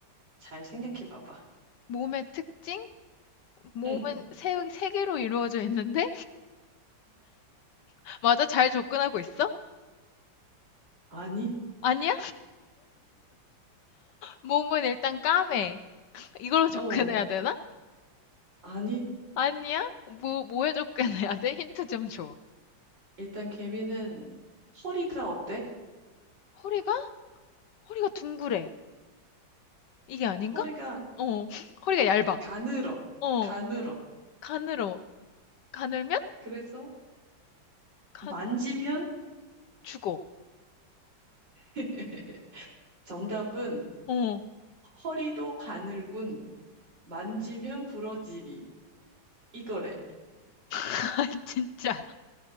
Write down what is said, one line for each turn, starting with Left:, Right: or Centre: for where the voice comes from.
Right: 잘 생각해 봐봐.
Left: 몸의 특징? 몸은
Right: 응.
Left: 세, 세 개로 이루어져 있는데? <laughs> 맞아, 잘 접근하고 있어?
Right: 아니?
Left: 아니야? 몸은 일단 까매. 이걸로
Right: 어,
Left: <laughs> 접근해야 되나?
Right: 아니.
Left: 아니야? 뭐, 뭐에 접근해야 돼? 힌트 좀 줘.
Right: 일단 개미는 허리가 어때?
Left: 허리가? 허리가 둥그래. 이게 아닌가?
Right: 허리가
Left: 어, <laughs> 허리가 얇아.
Right: 가늘어.
Left: 어,
Right: 가늘어.
Left: 가늘어. 가늘면?
Right: 그래서
Left: 간,
Right: 만지면
Left: 죽어.
Right: <laughs> 정답은
Left: 어,
Right: 허리도 가늘군 만지면 부러지리 이거래.
Left: <laughs> 아, 진짜.